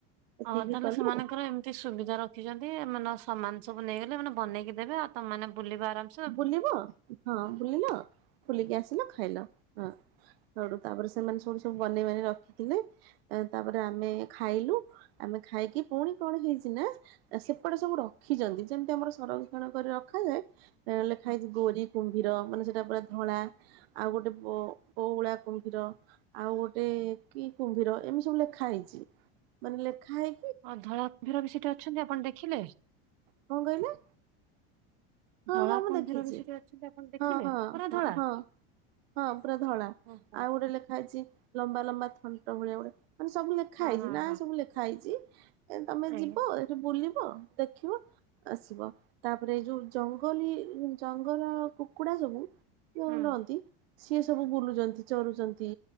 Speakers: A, on the right; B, on the right.
A: ଏତିକି
B: ହଁ ତାହେଲେ
A: କଲୁ
B: ସେମାନଙ୍କର ଏମତି ସୁବିଧା ରଖିଛନ୍ତି, ଏମାନଙ୍କ ସାମାନ ସବୁ ନେଇଗଲେ ମାନେ ବନେଇକି ଦେବେ ଆଉ ତମେମାନେ ବୁଲିବା ଆରାମ
A: ବୁଲିବ, ହଁ ବୁଲିଲ, ବୁଲିକି ଆସିଲ ଖାଇଲ। ହଁ। ସୋଉଟୁ ତାପରେ ସେମାନେ ସବୁଠୁ ସବୁ ବନେଇ ବାନେଇ ରଖିଥିଲେ, ଏ ତାପରେ ଆମେ ଖାଇଲୁ ଆମେ ଖାଇକି ପୁଣି କଣ ହେଇଛି ନା ସେପଟେ ସବୁ ରଖିଛନ୍ତି। ଯେମତି ଆମର ସଂରକ୍ଷଣ କରି ରଖାଯାଏ, ଏ ଲେଖା
B: ହୁଁ।
A: ହେଇଛି ଗୋରି କୁମ୍ଭୀର, ମାନେ ସେଇଟା ପୁରା ଧଳା ଆଉ ଗୋଟେ ବ-ବଉଳା କୁମ୍ଭୀର ଆଉ ଗୋଟେ କି କୁମ୍ଭୀର, ଏମତି ସବୁ ଲେଖା ହେଇଛି। ମାନେ ଲେଖା ହେଇ
B: ହଁ ଧଳା କୁମ୍ଭୀର ବି ସେଠି ଅଛନ୍ତି ଆପଣ ଦେଖିଲେ?
A: କଣ କହିଲେ? ହଁ
B: ଧଳା
A: ହଁ, ମୁଁ
B: କୁମ୍ଭୀର
A: ଦେଖିଛି।
B: ବି ସେଠି ଅଛନ୍ତି ଆପଣ ଦେଖିଲେ
A: ହଁ-ହଁ-ହଁ-ହଁ।
B: ପୁରା ଧଳା?
A: ହଁ ପୁରା ଧଳା।
B: ଓହୋ
A: ଆଉ ଗୋଟେ ଲେଖା ହେଇଛି ଲମ୍ବା ଲମ୍ବା ଥଣ୍ଟ ଭଳିଆ ଗୋଟେ ମାନେ ସବୁ ଲେଖା
B: ହଁ
A: ହେଇଛି,
B: ହଁ
A: ନାଁ
B: ହଁ
A: ସବୁ ଲେଖା ହେଇଛି ଏ ତମେ
B: ଆଜ୍ଞା
A: ଯିବ, ଏଇଠି ବୁଲିବ, ଦେଖିବ, ଆସିବ। ତାପରେ ଏଇ ଯୋଉ ଜଙ୍ଗଲୀ, ଜଙ୍ଗଲ କୁକୁଡ଼ା ସବୁ ଯୋଉ
B: ହୁଁ।
A: ରଅନ୍ତି ସିଏ ସବୁ ବୁଲୁଚନ୍ତି, ଚରୁଚନ୍ତି,